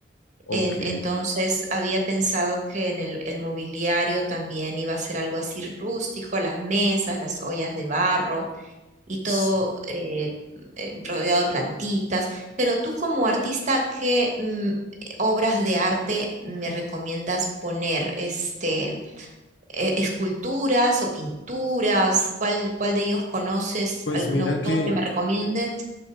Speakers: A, on the left; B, on the right.
A: Ok.
B: En- entonces había pensado que en el, el mobiliario también iba a ser algo así rústico, las mesas, las ollas de barro y todo
A: S-
B: eh, eh, rodeado de plantitas. Pero tú como artista, ¿qué mm, obras de arte me recomiendas poner? Este, eh, esculturas o pinturas, ¿cuál, cuál de ellos conoces?
A: Pues
B: ¿Algún
A: mira
B: autor
A: que
B: que me recomiendes?